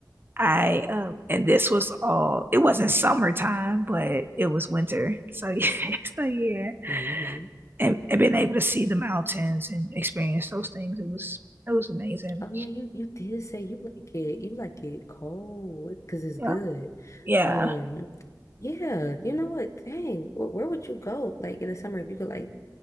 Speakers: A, on the right (about 30°); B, on the left (about 45°).
A: I um, and this was all. It wasn't summertime, but it was winter. So yeah, <laughs> so yeah,
B: hmm
A: and, and being able to see the mountains and experience those things, it was it was amazing.
B: Oh yeah, you you did say you like it. You like it cold because it's
A: Yeah,
B: good.
A: yeah.
B: Um, yeah, you know what? Dang, where, where would you go like in the summer if you could like